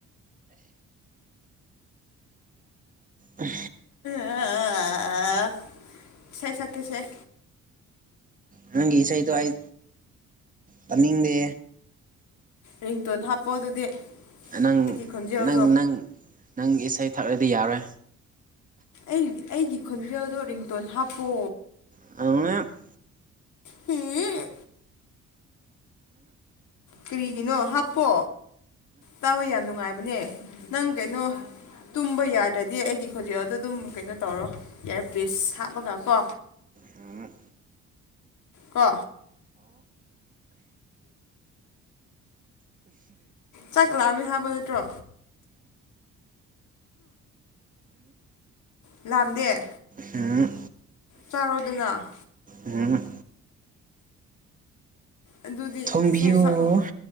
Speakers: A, on the right (about 25°); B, on the left (about 75°).
A: ꯑ
B: <unintelligible> ꯏꯁꯩꯁꯛ ꯀꯦꯁꯦ
A: ꯅꯪꯒꯤ ꯏꯁꯩꯗꯣ ꯑꯩ ꯇꯥꯅꯤꯡꯗꯦ
B: ꯔꯤꯡꯇꯣꯟ ꯍꯥꯞꯄꯣ ꯑꯗꯨꯗꯤ
A: ꯅꯪ
B: ꯑꯩꯒꯤ ꯈꯣꯟꯖꯦꯜꯗꯣ
A: ꯅꯪ ꯅꯪ ꯅꯪ ꯏꯁꯩ ꯊꯛꯂꯗꯤ ꯌꯥꯔꯦ
B: ꯑꯩ ꯑꯩꯒꯤ ꯈꯣꯟꯖꯦꯜꯗꯣ ꯔꯤꯡꯇꯣꯟ ꯍꯥꯞꯄꯣ
A: <unintelligible>
B: ꯍꯨꯝ ꯀꯔꯤꯒꯤꯅꯣ ꯍꯥꯞꯄꯣ ꯇꯥꯕ ꯌꯥꯝ ꯅꯨꯡꯉꯥꯏꯕꯅꯦ ꯅꯪ ꯀꯩꯅꯣ ꯇꯨꯝꯕ ꯌꯥꯗ꯭ꯔꯗꯤ ꯑꯩꯒꯤ ꯈꯖꯦꯜꯗꯣ ꯑꯗꯨꯝ ꯀꯩꯅꯣ ꯇꯧꯔꯣ ꯏꯌꯥꯔꯄꯤꯁ ꯍꯥꯞꯄꯒ ꯀꯣ
A: ꯍꯥꯝ
B: ꯀꯣ ꯆꯥꯛꯂꯥꯝꯃꯦ ꯍꯥꯏꯕ ꯅꯠꯇ꯭ꯔꯣ ꯂꯥꯝꯗꯦ
A: ꯍꯝ
B: ꯆꯥꯔꯣꯗꯅ
A: ꯎꯝ
B: ꯑꯗꯨꯗꯤ
A: ꯊꯣꯡꯕꯤꯌꯣ
B: ꯏꯁꯩ ꯁꯛꯑꯣ